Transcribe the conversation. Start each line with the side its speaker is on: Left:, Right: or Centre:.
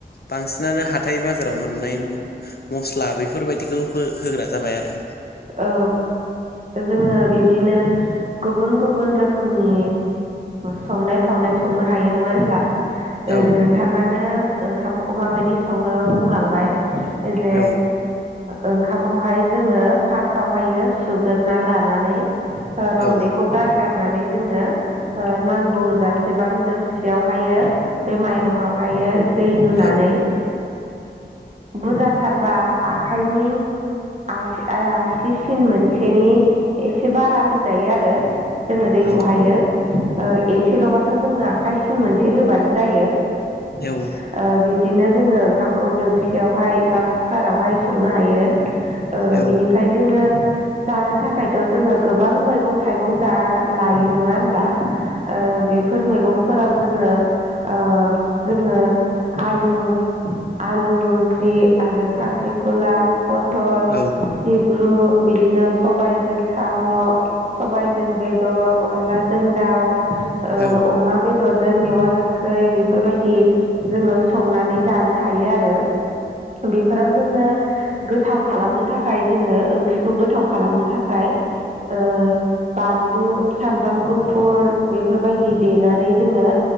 Left: बांसिनानो हाथाय बाजाराव मोननाय मस्ला बेफोरबायदिखौ होग्रा जाबाय आरो।
Right: औ जोङो बिब्दिनो गुबुन -गुबुन रोखोमनि संनाय खावनाय संनो हायो नङा होनब्ला
Left: औ
Right: नोंथाङानो ओंखामखौ माबायदि सङो बुंलांबाय जे
Left: औ
Right: ओंखामखौहाय जोङो फार्स्टआवहायो सुग्रा लानानै रन्दैखौ
Left: औ
Right: गारगारनानै जोङो नांगौ जासेबां दोबसियावहायो बे माइरंआवहायो दै लुनानै
Left: औ
Right: बुरजाथारबा आखाइनि आसि आसि सिन मोनसेनि एसे बारा होजायो आरो। जोङो दैखौ
Left: औ
Right: हायो ओ एसेल'बाथ' जोङो आखाइ सिन मोनसे होबानो जायो। ओ
Left: औ
Right: बिब दिनो जोङो ओंखामखौ दोबसियावहाय बा कुकारावहाय संनो हायो। ओ
Left: औ
Right: बिनिफ्राय जोङो जानो थाखायथ' जोङो गोबां मैगं थाइगं जा लायो नङा होनब्ला? ओ बेफोर मैगं फोराव जोङो ओ जोङो आलु आलु ओंख्रि आरो खांख्रिखला पथल
Left: औ
Right: सिब्रु बिदिनो सबायजों साम' सबायजों बेदर अनलाजों दाउ ओ
Left: औ
Right: अमा बेदर जों मेवा गोखै बेफोरबायदि जोङो संनानै जानो हायो आरो। बेफोराव जोंनो गोथाव खालामनो थाखाय जोङो ओंख्रिखौ गोथाव खालामनो थाखाय ओ बानलु सामब्राम गुफुर बेफोरबायदि देनानै जोङो